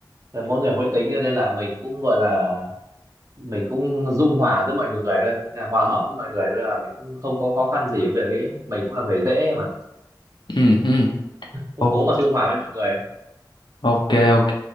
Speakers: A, on the right (about 45°); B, on the left (about 80°).
A: là mỗi người mỗi tính nên là mình cũng gọi là mình cũng dung hòa giữa mọi người thôi là hòa hợp giữa mọi người thôi là mình cũng không có khó khăn gì với việc đấy mình cũng là người dễ mà
B: ừ ừ
A: cũng
B: Ô-
A: cố mà dung hòa với mọi người
B: ok ok